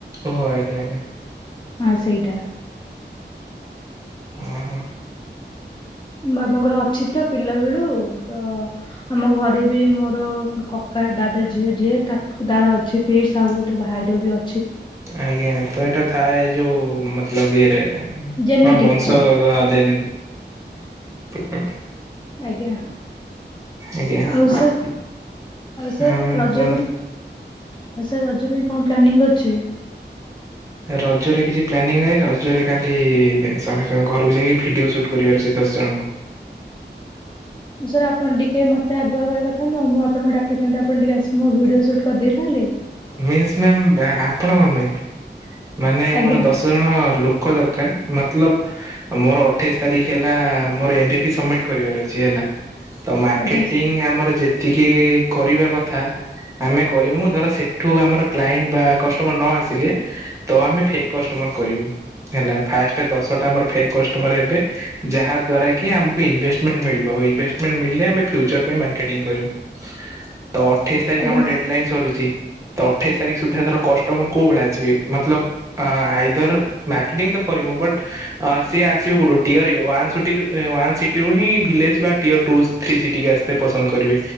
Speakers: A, on the right; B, on the left.
A: ଓହ ଆଜ୍ଞା ଆଜ୍ଞା।
B: ଆ ସେଇଟା।
A: ଓହୋ।
B: ବାବାଙ୍କର ଅଛି ତ ପିଲା ବେଳୁ ତ ଆମ ଘରେ ବି ମୋର କକା ଦାଦା ଝିଅ ଯିଏ ତାକୁ ତାର ଅଛି। ଫ୍ରିଡ଼୍ସ୍ ସାବୁ ଗୋଟେ ଭାଇର ବି ଅ
A: ଆଜ୍ଞା ତ ଏଇଟା ଥାଏ ଯୋଉ ମତଲବ ଇଏରେ କଣ
B: ଜେନେଟିକ୍
A: ବଂଶ ଯେ <unintelligible>
B: ଆଜ୍ଞା।
A: ଆଜ୍ଞା
B: ଆଉ ସାର୍ ଆଉ
A: ହଁ
B: ସାର୍
A: ମ୍ୟାମ୍
B: ରଜ
A: କୁହନ୍ତୁ।
B: ପାଇଁ ଆଉ ସାର୍ ରଜ ପାଇଁ କଣ ପ୍ଲାନିଂ ଅଛି?
A: ରଜରେ କିଛି ପ୍ଲାନିଂ ନାହିଁ ରଜରେ କାଲି ସମସ୍ତଙ୍କ ଘରକୁ ଯାଇକି ଭିଡିଓ ସୁଟ୍ କରିବାର ସେ ଦଶ ଜଣଙ୍କୁ।
B: ସାର୍ ଆପଣ ଟିକେ ମତେ ଆଗୁଆ କରିବା କଥା ନୁହଁ ମୁଁ ଆପଣଙ୍କୁ ଡାକିଥାନ୍ତି ଆପଣ ଟିକେ ଆସିି ମୋ ଭିଡିଓ ସୁଟ୍ କରିଦେଇଥାନ୍ତେ।
A: ମିଲସ ମ୍ୟାମ ଆପଣ କଣ ରଖିଲେ ମାନେ ମୋର
B: ଆଜ୍ଞା
A: ଦଶ ଦଶ ଜଣ ଲୋକ ଦରକାର ମତଲବ ମୋର ଅଠେଇଶି ତାରିଖ ହେଲା ମୋର ଏମ ବି ପି ସମିଟ କରିବାର ଅଛି ହେଲା ତ ମାର୍କେଟିଂ
B: ଆଜ୍ଞା ସାର୍
A: ଆମର ଯେ ଯେତିକି କରିବା କଥା ଆମେ କରିମୁ ଧର ସେ ଠୁ ଆମର କ୍ଲାଇଣ୍ଟ ବା କଷ୍ଟମର ନ ଆସିଲେ ତ ଆମେ ଫେ କଷ୍ଟମର କରିବୁ ହେଲା ଫା ଦଶଟା ଆମର କଷ୍ଟମ ଯାହା ଦ୍ଵାରାକି ଆମକୁ ଉନ୍ଭେଷ୍ଟମି ମିଳିବ ଇନଭେଷ୍ଟ ବି ଆମେ ଫ୍ୟଚର ପାଇଁ ମାର୍କେଂ କରି ତ ଅଠେଇଶ ତାରିଖ
B: ଆଜ୍ଞା
A: ଆମ ଡେଡ ଲାଇନ୍ ସରୁଛି। ତ ଅଠେଇଶି ତାରିଖ ସୁଦ୍ଧା ତର କଷ୍ଟମର କୋଉ ଭଳିଆସିବେ ମତଲବ ଆଇଜର ମାର୍କେଟିଂ ତ କରିମୁ ବଟ୍ ସିଏ ଆସିବେ କୋଉଠୁ ଟିିୟର <unintelligible> ଟୁ ଥ୍ରୀ ସିଟି ଆସତେ ପସନ୍ଦ କରିବେ।